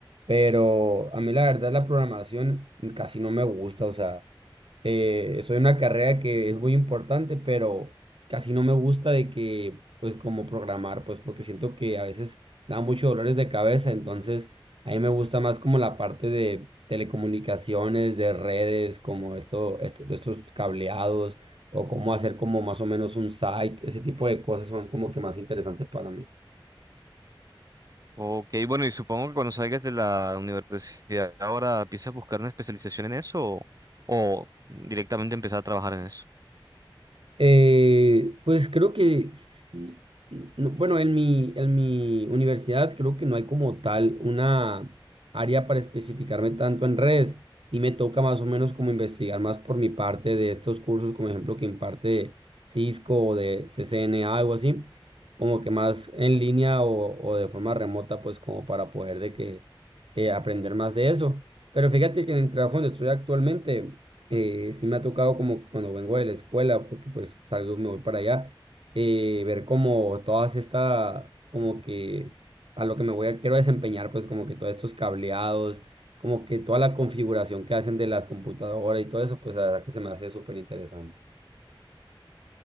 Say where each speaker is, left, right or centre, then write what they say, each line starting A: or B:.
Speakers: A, on the right; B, on the right.
A: Pero a mí la verdad la programación casi no me gusta, o sea, eh, soy una carrera que es muy importante, pero casi no me gusta de que, pues, como programar, pues, porque siento que a veces da muchos dolores de cabeza, entonces a mí me gusta más como la parte de telecomunicaciones, de redes, como esto, este- estos cableados, o cómo hacer como más o menos un site, ese tipo de cosas son como que más interesantes para mí.
B: Ok, bueno, y supongo que cuando salgas de la universidad ahora empiezas a buscar una especialización en eso o, o directamente empezar a trabajar en eso.
A: Eh, pues creo que sí. no, bueno, en mi, en mi universidad creo que no hay como tal una área para especificarme tanto en redes. Sí me toca más o menos como investigar más por mi parte de estos cursos, como ejemplo que imparte Cisco o de CCNA, algo así, como que más en línea o, o de forma remota, pues como para poder de que eh, aprender más de eso. Pero fíjate que en el trabajo donde estoy actualmente eh, sí me ha tocado como que cuando vengo de la escuela, porque pues salgo y me voy para allá, eh, ver como todas estas, como que a lo que me voy a, quiero desempeñar, pues como que todos estos cableados, como que toda la configuración que hacen de las computadoras y todo eso, pues la verdad que se me hace súper interesante.